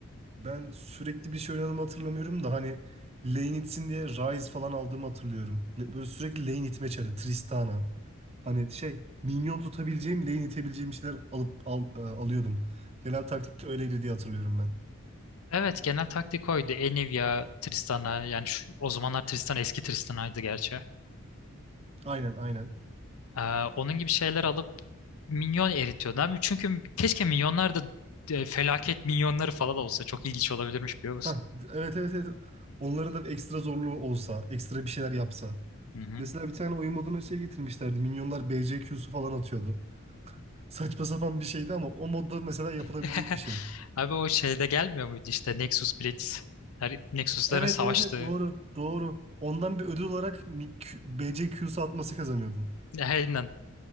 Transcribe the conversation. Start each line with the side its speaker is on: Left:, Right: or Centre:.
Right: Ben sürekli bir şey oynadığımı hatırlamıyorum da hani lane itsin diye Ryze falan aldığımı hatırlıyorum. Le- Böyle sürekli lane itme çarı, Tristana. Hani şey minyon tutabileceğim, lane itebileceğim şeyler alıp al, e, alıyordum. Genel taktikte öyleydi diye hatırlıyorum ben.
Left: Evet genel taktik oydu. Enivia, Tristana yani şu, o zamanlar Tristana eski Tristana'ydı gerçi.
Right: Aynen aynen.
Left: Ee, onun gibi şeyler alıp minyon eritiyordu. Abi çünkü keşke minyonlar da e, felaket minyonları falan olsa çok ilginç olabilirmiş biliyor musun?
Right: Hah, evet evet evet. Onların da ekstra zorluğu olsa, ekstra bir şeyler yapsa.
Left: Hı hı.
Right: Mesela bir tane oyun moduna şey getirmişlerdi. Minyonlar BCQ'su falan atıyordu. Saçma sapan bir şeydi ama o modda mesela yapılabilecek
Left: <laughs>
Right: bir şey.
Left: Abi o şeyde gelmiyor muydu işte Nexus Blitz. Her Nexus'ların
Right: Evet
Left: savaştığı.
Right: evet evet doğru doğru. Ondan bir ödül olarak mi- Q- BCQ'su atması kazanıyordun.
Left: Aynen.